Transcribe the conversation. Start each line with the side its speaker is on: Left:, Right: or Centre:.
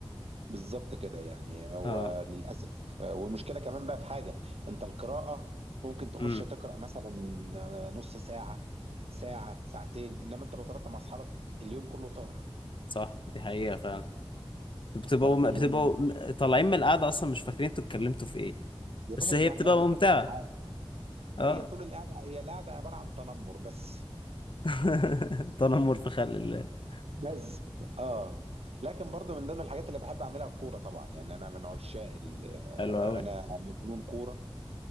Right: بالظبط كده يعني هو
Left: اه
Right: للاسف آه، والمشكله كمان بقى في حاجه انت القراءه ممكن تخش
Left: امم
Right: تقرا مثلا آه، نص ساعه ساعه ساعتين انما انت لو طلعت مع اصحابك اليوم كله طار
Left: صح دي حقيقة فعلا انتوا بتبقوا
Right: وصل لك اليوم
Left: بتبقوا م- طالعين من القعدة اصلا مش فاكرين انتوا اتكلمتوا في ايه
Right: يا باشا
Left: بس هي
Right: ده
Left: بتبقى
Right: احنا بنتكلم
Left: ممتعة
Right: في حاجه
Left: اه
Right: هي طول القعده هي القعده عباره عن تنمر بس
Left: <laughs> تنمر في خلق الله
Right: بس اه لكن برضو من ضمن الحاجات اللي بحب اعملها الكوره طبعا يعني انا من عشاق ال- آه،
Left: حلو قوي
Right: انا مجنون كوره